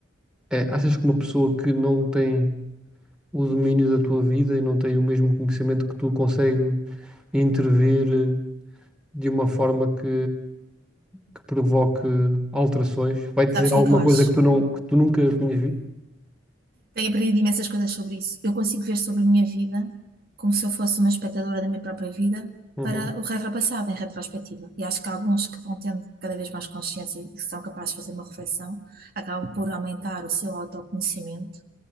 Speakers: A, in the centre; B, on the right (about 50°).
A: É, achas que uma pessoa que não tem o domínio da tua vida e não tem o mesmo conhecimento que tu consegue intervir eh, de uma forma que, que provoque alterações. Vai-te dizer
B: Sabes o
A: alguma
B: que é que eu
A: coisa
B: acho?
A: que tu, não, que tu nunca tinhas visto?
B: Tenho aprendido imensas coisas sobre isso. Eu consigo ver sobre a minha vida como se eu fosse uma espectadora da minha própria vida
A: Uhum,
B: para o retropassado, em retrospectiva. E acho que há alguns que vão tendo cada vez mais consciência e que são capazes de fazer uma reflexão acabam por aumentar o seu autoconhecimento